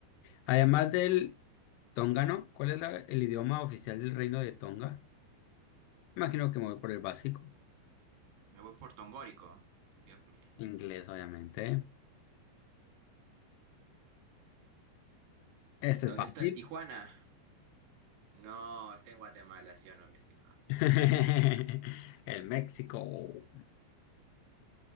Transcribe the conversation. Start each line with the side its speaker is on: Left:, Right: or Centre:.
Left: Además del tongano, ¿cuál es la- el idioma oficial del reino de Tonga? Imagino que me voy por el básico.
Right: Me voy por Tongórico. Dios mío.
Left: Inglés, obviamente. Este
Right: ¿Dónde
Left: es fácil.
Right: está el Tijuana? No, está en Guatemala, sí o no, mi estimado.
Left: <laughs> El México.